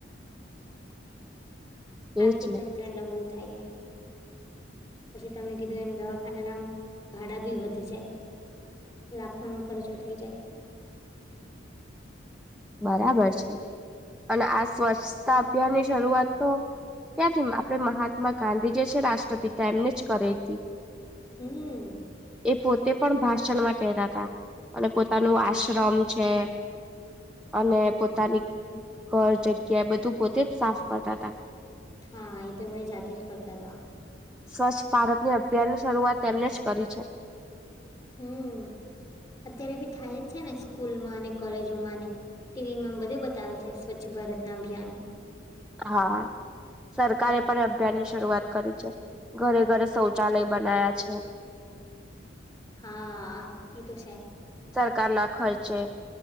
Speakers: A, in the centre; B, on the left.
A: <unintelligible> <inaudible>
B: આર્થિક
A: એજ ને
B: તંત્ર નબળું થાયએ પછી તમે કીધું એમ દવાખાનાના ભાડા ભી વધી જાય લાખો નો ખર્ચો થઈ જાય
A: બરાબર છે અને આ સ્વચ્છતા અભિયાનની શરૂઆત તો ત્યાંથી આપણે મહાત્મા ગાંધી જે છે, રાષ્ટ્રપિતા એમને જ કરે હતી.
B: હુ
A: એ પોતે પણ ભાષણમાં કેતા હતા અને પોતાનું આશ્રમ છે. અને પોતાની ઘર જગ્યા એ બધું પોતે જ સાફ કરતા હતા.
B: હા એ તો એમને જાતે જ કરતા હતા.
A: સ્વચ્છ ભારતની અભિયાનની શરૂઆત તેમને જ કરી છે.
B: હમ અત્યારે ભી થાય જ છે ને સ્કૂલમાં અને કોલેજોમાં ને, ટીવીમાં બધે બતાવે છે સ્વચ્છ ભારતના અભિયાન,
A: હા સરકારે પણ અભિયાનની શરૂઆત કરી છે. ઘરે ઘરે શૌચાલય બનાયા છે. <unintelligible> <inaudible>
B: હા એ તો છે.
A: સરકાર ના ખર્ચે